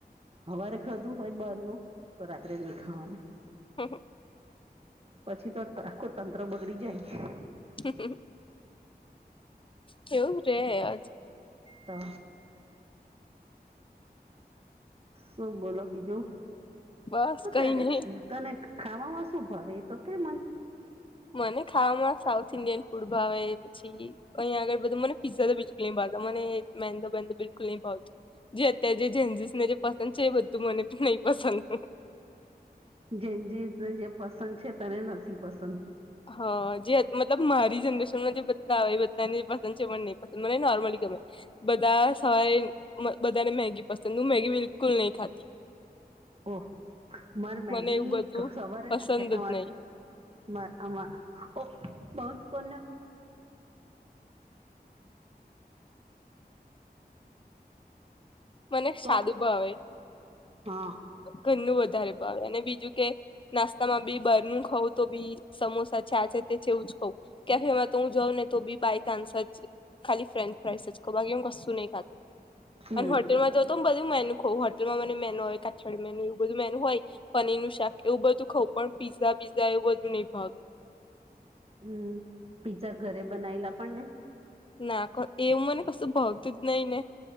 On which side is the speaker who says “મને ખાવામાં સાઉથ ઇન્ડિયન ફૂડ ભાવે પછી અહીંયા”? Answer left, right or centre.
Left